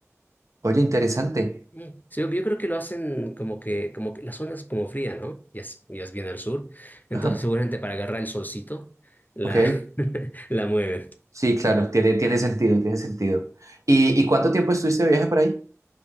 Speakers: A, on the right (about 80°); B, on the left (about 35°).
A: Oye, interesante.
B: Mm. Sí, yo yo creo que lo hacen como que, como que la zona es como fría, ¿no? Ya es, ya es bien al sur. Entonces
A: Ajá.
B: seguramente para agarrar el solcito, la,
A: Ok.
B: <laughs> la mueven.
A: Sí, claro, tiene, tiene sentido, tiene sentido. ¿Y, y cuánto tiempo estuviste de viaje por ahí?